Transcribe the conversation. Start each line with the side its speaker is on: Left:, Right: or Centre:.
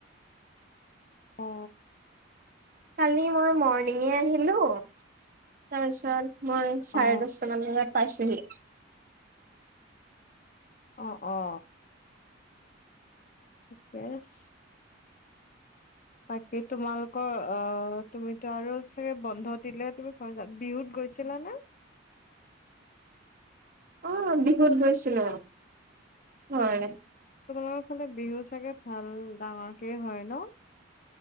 Left: অঁ।
Right: কালি মই মৰ্ণিঙে আহিলো- তাৰপিছত মই চাৰে
Left: অ
Right: দশটা মান বজাত পাইছেহি।
Left: অ- অ ঠিকেই আছে। বাকি তোমালোকৰ অ- তুমিতো আৰু চাগে বন্ধ দিলে তুমি ঘৰ যাবা। বিহুত গৈছিলা নে?
Right: অ' বিহুত গৈছিলো। হয়-
Left: তোমালোকৰ ফালে বিহু চাগে ভাল ডাঙৰকে হয় ন?